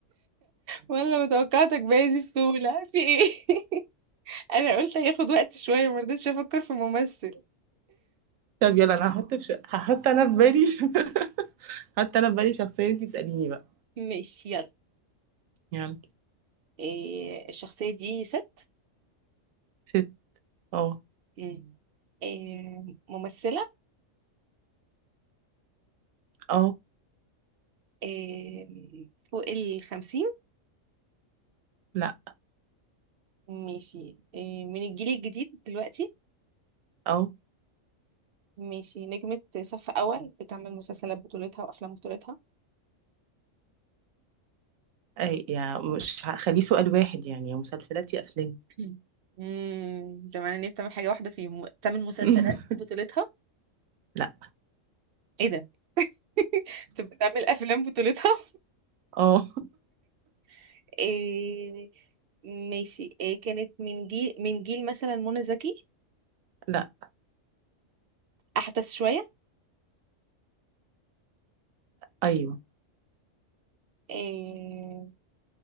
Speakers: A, on the right; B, on the right.
A: ولا متوقعتك بهذه السهوله في ايه <laughs> انا قلت هياخد وقت شويه ما رضيتش افكر في ممثل
B: طب يلا أنا هحط في ش... هحط أنا في بالي <laughs> حتى أنا في بالي شخصية أنتي اسأليني بقى
A: ماشي يلا
B: يلا
A: إيه الشخصيه دي ست
B: ست اه
A: مم. إيه ممثله
B: اه
A: إيه فوق الخمسين
B: لا
A: ماشي إيه، من الجيل الجديد دلوقتي
B: اه
A: ماشي نجمة صف أول بتعمل مسلسلات بطولتها وأفلام بطولتها
B: أي يعني مش هخليه سؤال واحد يعني يا مسلسلات يا أفلام
A: <laughs> امم ده معناه ان هي بتعمل حاجة واحدة فيهم بتعمل مسلسلات
B: <laughs>
A: بطولتها
B: لا
A: ايه ده <laughs> طب بتعمل أفلام بطولتها
B: اه
A: <laughs> إيه ماشي إيه كانت من جيل من جيل مثلا منى زكي
B: لا
A: أحدث شوية
B: أيوه
A: إيه